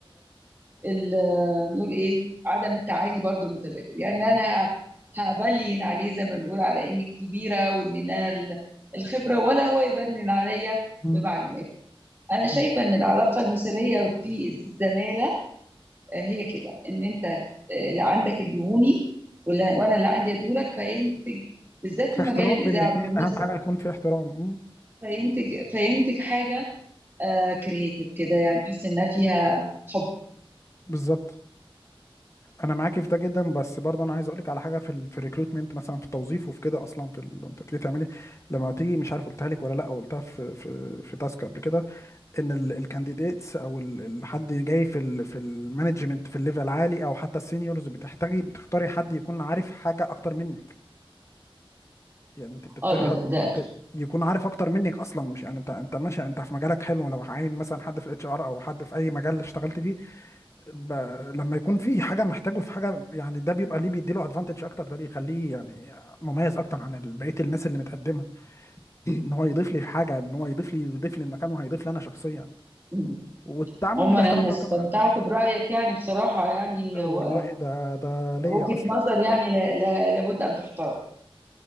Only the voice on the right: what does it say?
ال- نقول ايه عدم التعالي برضو متبادل يعني لا انا ه- هبلين عليه زي ما بنقول على اني كبيره وان انا ال- الخبره ولا هو يبنن عليا
بمعلومات انا شايفه
ان العلاقه المثاليه في الزماله آه، هي كده ان انت آه، اللي عندك ادهوني ولا وانا اللي عندي ادولك فينتج بالذات
في مجال
الاذاعه
بالمناسبه
فينتج فينتج حاجه كرييتيف كده يعني تحس انها فيها حب
اه ده
ده اكيد
<laughs>
عموما
انا
استمتعت
برايك يعني بصراحه يعني هو
وجهه
نظر يعني لا لا لابد ان تحترم